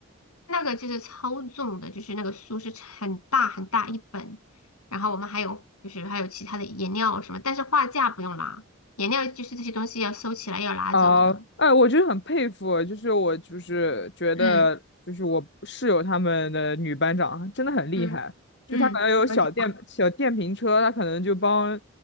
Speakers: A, on the left; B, on the left.
A: 那个就是超重的，就是那个书是很大很大一本，然后我们还有就是还有其他的颜料什么，但是画架不用拿，颜料就是这些东西要收起来要拿走的。
B: 啊，哎，我就是很佩服，就是我就是觉得，
A: 嗯
B: 就是我室友他们的女班长真的很厉害，
A: 嗯嗯，
B: 就她可能有小电小电瓶车，
A: 怎么讲法？
B: 她可能就帮，